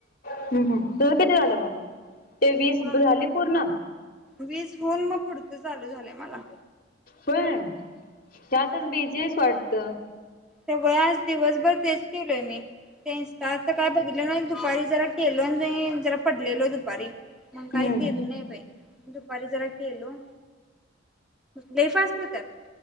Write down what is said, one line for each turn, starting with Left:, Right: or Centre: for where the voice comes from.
Left: हम्म, हम् तुझ किती झाले मग? ते वीस
Centre: म
Left: झाले पूर्ण
Centre: वीस होून मग पुढचं चालू झालंय मला.
Left: होय. त्यातच बीजीयस वाटत?
Centre: सवय आज दिवसभर तेच केलोय मी. ते इस्टा वरचं काय बघीतलो, नाइ दुपारी जरा केलो जरा पडलेलो दुपारी. मग काय
Left: हम्म
Centre: केलो नाइ बाई, दुपारी जरा केलो. लय फास्ट होत्यात